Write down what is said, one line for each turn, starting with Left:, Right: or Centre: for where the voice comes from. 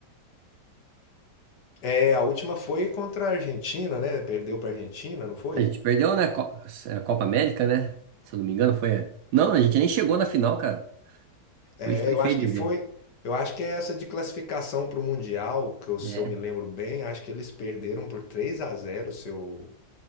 Left: É, a última foi contra a Argentina, né? Perdeu para a Argentina, não foi?
Right: A gente perdeu, né? Co- é, Copa América, né? Se eu não me engano, foi. Não, a gente nem chegou na final, cara. Foi,
Left: É,
Right: foi
Left: Eu
Right: feio
Left: acho que
Right: de ver.
Left: foi. Eu acho que é essa de classificação para o Mundial, que eu, se
Right: É,
Left: eu me lembro bem, acho que eles perderam por 3 a zero se eu,